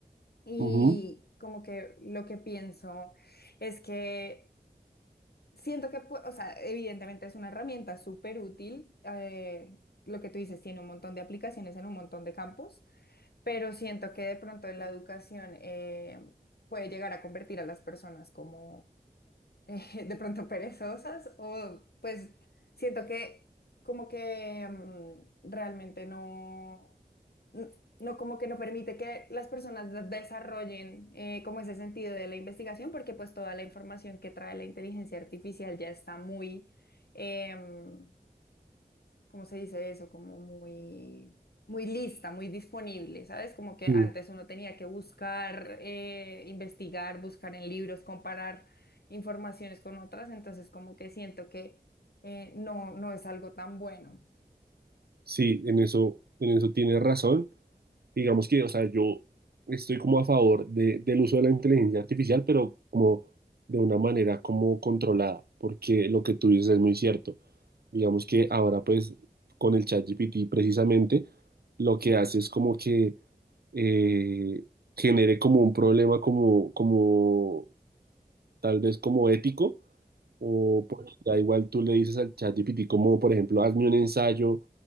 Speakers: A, on the left; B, on the right.
A: y
B: Ujú,
A: como que lo que pienso es que siento que, pu- o sea, evidentemente es una herramienta súper útil, eh, lo que tú dices tiene un montón de aplicaciones en un montón de campos, pero siento que de pronto en la educación eh, puede llegar a convertir a las personas como eh, <laughs> de pronto perezosas o pues siento que como que mm, realmente no, n- no como que no permite que las personas de- desarrollen eh, como ese sentido de la investigación porque pues toda la información que trae la inteligencia artificial ya está muy... em, ¿cómo se dice eso? Como muy, muy lista, muy disponible, ¿sabes? Como que
B: Sí,
A: antes uno tenía que buscar, eh, investigar, buscar en libros, comparar informaciones con otras, entonces como que siento que eh, no, no es algo tan bueno.
B: Sí, en eso, en eso tienes razón. digamos que, o sea, yo estoy como a favor de- del uso de la inteligencia artificial, pero como de una manera como controlada, porque lo que tú dices es muy cierto. Digamos que ahora pues con el ChatGPT precisamente lo que hace es como que eh, genere como un problema como, como tal vez como ético o porque ya igual tú le dices al chat GPT como, por ejemplo, hazme un ensayo